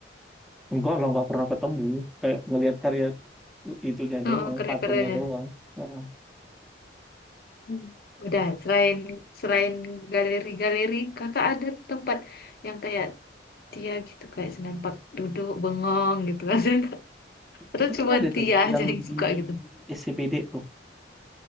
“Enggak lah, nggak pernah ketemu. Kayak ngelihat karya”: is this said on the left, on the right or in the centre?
Centre